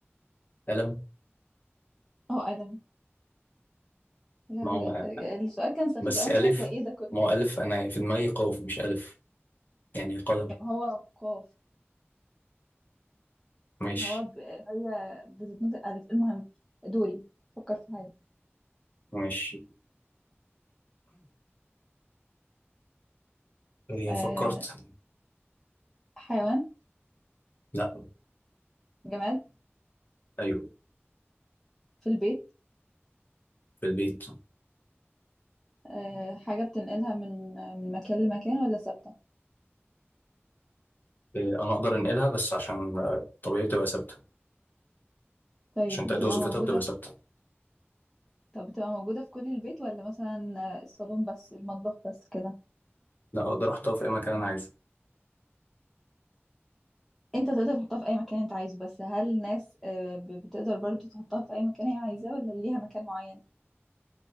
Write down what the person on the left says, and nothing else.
قلم
ما هو
بس
الف
ما هو الف انا في دماغي قاف مش الف يعني قلم
ماشي
ماشي إيه
فكرت
لا
ايوه
في البيت
إيه انا اقدر انقلها بس عشان آه، طبيعي تبقى ثابته
عشان تأدي
وظيفتها
بتبقى
ثابته
لا اقدر احطها في اي مكان انا عايزه